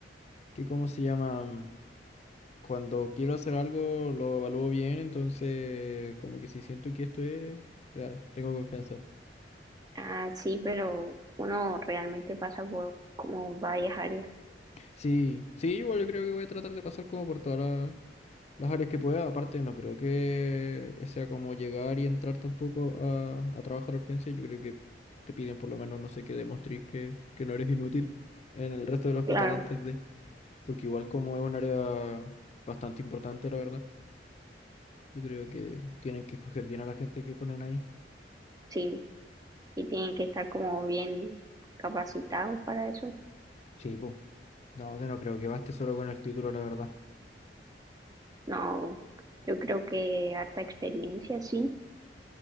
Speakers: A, on the left; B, on the right.
A: que cómo se llama. cuando quiero hacer algo lo evalúo bien, entonces como que si siento que esto es, ya, tengo confianza.
B: Ah, sí, pero uno realmente pasa por como varias áreas.
A: Sí, sí, igual yo creo que voy a tratar de pasar como por todas la- las áreas que pueda. Aparte, no creo que sea como llegar y entrar tampoco a, a trabajar urgencia. Yo creo que te piden por lo menos, no sé, que demostres que, que no eres inútil en el resto del hospital
B: Claro,
A: antes de, porque igual como es un área bastante importante, la verdad, yo creo que tienen que escoger bien a la gente que ponen ahí.
B: sí. Y tienen que estar como bien capacitados para eso.
A: Sí, pues. No, yo no creo que baste solo con el título, la verdad.
B: No, yo creo que harta experiencia, sí.